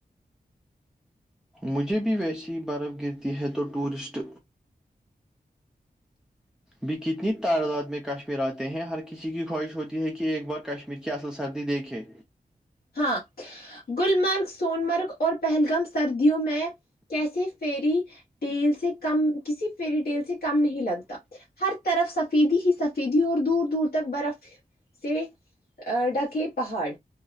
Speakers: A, in the centre; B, on the left (about 75°).
A: مجھے بھی ویسی برف گرتی ہے تو ٹورسٹ ب کتنی تعداد میں کاش پھر آتے ہیں ہر کسی کی خواہش ہوتی ہے کہ ایک بار کشمیر کی اصل سردی دیکھے
B: ہاں گللمرگ سونمرگ اور پہلگام سردیوں میں کیسے فیری ٹیل سے کم کسی فیری ٹیل سے کم نہیں لگتا ہر طرف سفیدی ہی سفیدی اور دور دور تک برف سے ڈھکے پہاڑ